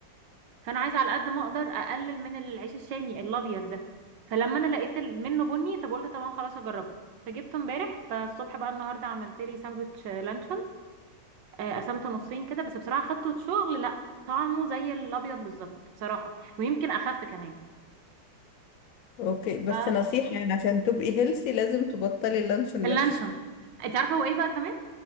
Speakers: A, on the right; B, on the left.
A: فانا عايزه على قد ما اقدر اقلل من العيش الشامي الابيض ده فلما انا لقيت ال- منه بني طب قلت طبعا خلاص اجربه فجبته امبارح فالصبح بقى النهارده عملت لي ساندوتش لانشون آه، قسمته نصين كده بس بصراحه خدته شغل لا طعمه زي الابيض بالظبط بصراحه ويمكن اخف كمان
B: اوكي بس
A: ف-
B: نصيحه يعني عشان تبقي هيلثي لازم تبطلي اللانشون
A: اللانشون
B: نفسه
A: انت عارفه هو ايه بقى كمان